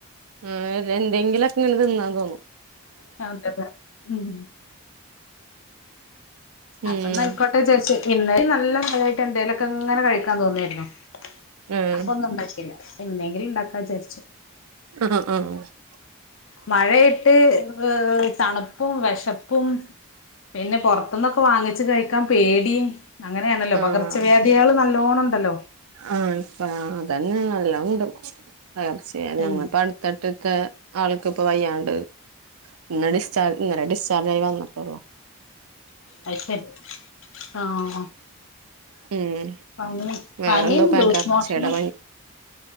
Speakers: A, on the right; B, on the left.
A: ഉം ഇതെന്തെങ്കിലൊക്കെങ്ങ് തിന്നാൻ തോന്നു.
B: <unintelligible> ഉം.
A: ഉം
B: അപ്പൊനയ്ക്കോട്ടെ വിചരിച്ച് ഇന്നലയുനല്ല മഴയായിട്ടെന്തേലൊക്കെ ഇങ്ങനെ കഴിക്കാതോന്നരുന്നു
A: ആഹ്
B: അപ്പൊന്നു ഉണ്ടാക്കില്ല. ഇന്നെങ്കിലു ഇണ്ടാക്കാ വിചാരിച്ചു
A: <unintelligible>
B: മഴേയിട്ട് ഏഹ് തണുപ്പും വെശപ്പും പിന്നെ പൊർത്തുന്നൊക്കെ വാങ്ങിച്ച് കഴിക്കാൻ പേടിം അങ്ങനെയാണല്ലോ,
A: ആഹ് ആഹ്
B: പകർച്ചവ്യാധിയള് നല്ലോണണ്ടല്ലോ.
A: ആഹ് ഇപ്പ അതന്നെ നല്ലോംണ്ട് പകർച്ചവ്യാധി ഞങ്ങൾപ്പോ
B: ഉം
A: അടുത്തട് ട്ടക്കൊ ആൾക്കിപ്പോ വയ്യാണ്ട് ഇന്ന് ഡിസ്ചാർജ് ഇന്നലെ ഡിസ്ചാർജായി വന്ന്ട്ടൊള്ളൂ
B: അയ്ശെരി ആഹ്
A: ഉം
B: പനി
A: വേറെന്തോ
B: പനിം
A: പകർച്ചേടെ
B: ലൂസ്മോശനും